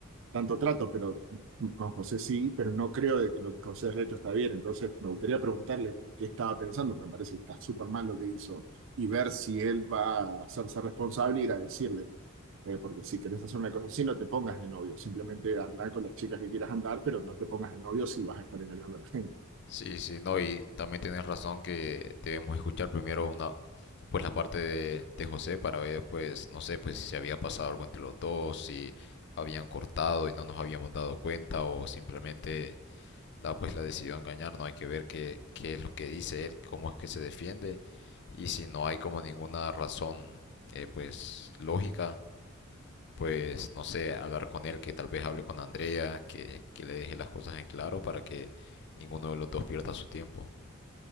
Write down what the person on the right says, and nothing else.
tanto trato, pero con José sí, pero no creo de que lo que José ha hecho está bien. Entonces me gustaría preguntarle qué estaba pensando, porque me parece que está súper mal lo que hizo, y ver si él va a hacerse responsable y ir a decirle, eh, porque si querés hacer una cosa así, no te pongas de novio, simplemente andar con las chicas que quieras andar, pero no te pongas de novio si vas a estar engañando a la gente.